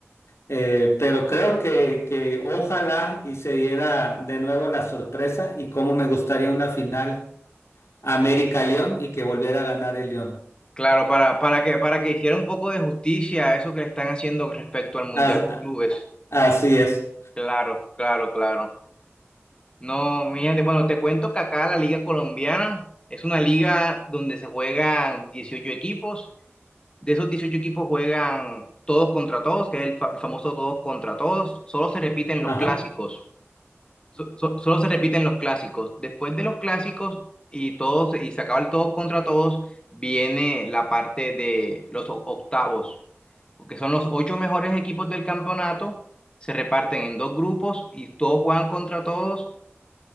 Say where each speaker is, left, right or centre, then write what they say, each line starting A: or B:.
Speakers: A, on the left; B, on the left.
A: Eh, pero creo que, que ojalá y se diera de nuevo la sorpresa y cómo me gustaría una final América-León y que volviera a ganar el León.
B: Claro, para, para que, para que hiciera un poco de justicia a eso que le están haciendo respecto al Mundial
A: A-
B: de Clubes.
A: a- Así es.
B: Claro, claro, claro. No, mírate, bueno, te cuento que acá la Liga Colombiana es una liga donde se juegan 18 equipos. De esos 18 equipos juegan todos contra todos, que es el fa- el famoso todos contra todos. Solo se repiten
A: Ajá.
B: los clásicos. So- so- solo se repiten los clásicos. Después de los clásicos y todos y se acaba el todos contra todos, viene la parte de los o- octavos, que son los ocho mejores equipos del campeonato. Se reparten en dos grupos y todos juegan contra todos